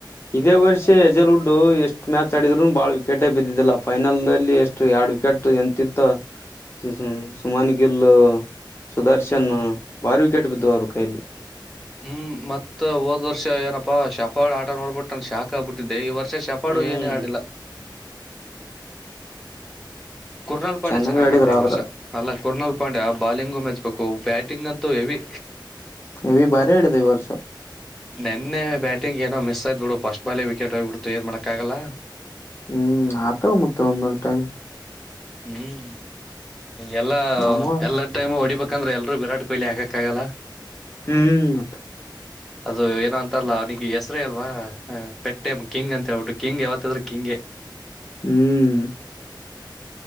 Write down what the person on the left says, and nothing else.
ಇದೇ ವರ್ಷ ಯಜಲ್ವುಡ್ಡು ಎಷ್ಟ ಮ್ಯಾಚ್ ಆಡಿದ್ರು ಬಾಳ್ ವಿಕೇಟೆ ಬಿದ್ದಿದ್ದಿಲ್ಲ. ಫೈನಲ್ ನಲ್ಲಿ ಎಷ್ಟ್ರಿ ಯಡ್ ವಿಕೆಟ್ ಯಂ ತಿತು ಹಃ ಹ. ಮನ್ಗಿಲ್ಲೋ. ಸುದರ್ಶನ್ನು
ಬಾರಿ ವಿಕೆಟ್ ಬಿದ್ದವ್ರು. ಕೈಲಿ.
ಹ್ಮ್
ಚೆನ್ನಾಗ್
ಆಡಿದ್ರ
ಆದ್ರ
ಎವಿ ಬಾರಿ ಆಡಿದ ಈ ವರ್ಷ.
ಹ್ಮ್ ಅತವ್ ಮತ್ತ ಒಂದೊಂದು ಟೈಮ್.
ನಮ್ಮವ
ಹ್ಮ್
ಹ್ಮ